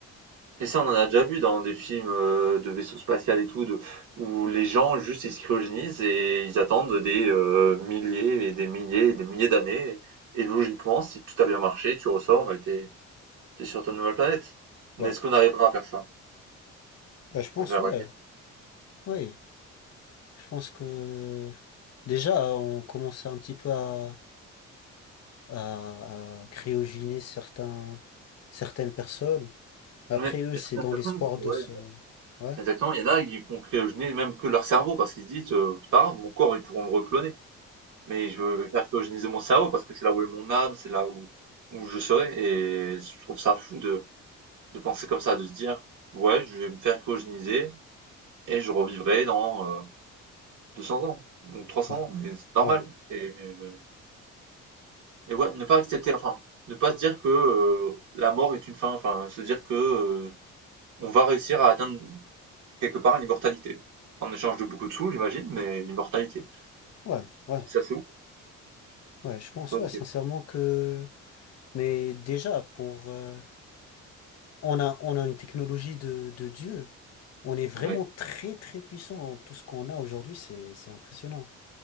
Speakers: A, on the right; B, on the left.
A: Et ça, on en a déjà vu dans des films euh, de vaisseaux spatial et tout, de, où les gens juste ils se cryogénisent et ils attendent des euh, milliers et des milliers et des milliers d'années. Et logiquement, si tout a bien marché, tu ressors et t'es es sur ta nouvelle planète. Mais
B: ouais.
A: est-ce qu'on arrivera à faire ça?
B: Ouais, je pense,
A: Ça, c'est la
B: ouais,
A: vraie question.
B: ouais. Je pense que déjà, on commençait un petit peu à, à, à cryogéniser certains, certaines personnes. Après
A: Mais
B: eux,
A: est-ce
B: c'est
A: que certaines
B: dans
A: personnes,
B: l'espoir
A: ouais.
B: de se, ouais.
A: Exactement, il y en a, ils font cryogéner même que leur cerveau parce qu'ils se disent, heu, c'est pas grave, mon corps, ils pourront le recloner, mais je veux faire cryogéniser mon cerveau parce que c'est là où est mon âme, c'est là où où je serai et je trouve ça fou de de penser comme ça, de se dire: «Ouais, je vais me faire cryogéniser et je revivrai dans, euh, 200 ans ou trois cents
B: Ouais,
A: ans» et c'est normal
B: ouais,
A: et euh, et ouais, ne pas accepter, enfin, ne pas se dire que, heu, la mort est une fin, enfin, se dire que, heu, on va réussir à atteindre quelque part l'immortalité. En échange de beaucoup de sous, j'imagine, mais l'immortalité.
B: ouais, ouais,
A: Ça, c'est où?
B: ouais, je pense,
A: Ah, OK.
B: ouais, sincèrement que... Mais déjà, pour... euh, on a, on a une technologie de, de Dieu. On est vraiment
A: Oui,
B: très, très puissant. Tout ce qu'on a aujourd'hui, c'est, c'est impressionnant.